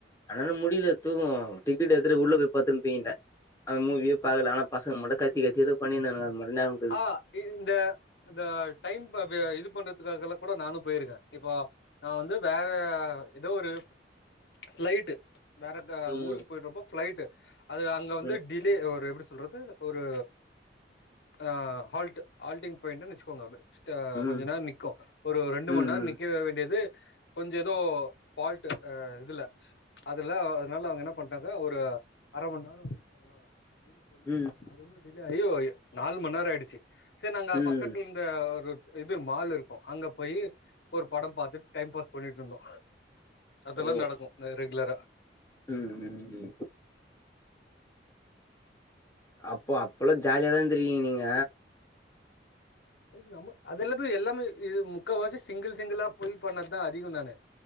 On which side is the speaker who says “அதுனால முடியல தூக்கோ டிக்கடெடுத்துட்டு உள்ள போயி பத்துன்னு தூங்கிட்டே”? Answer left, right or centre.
Left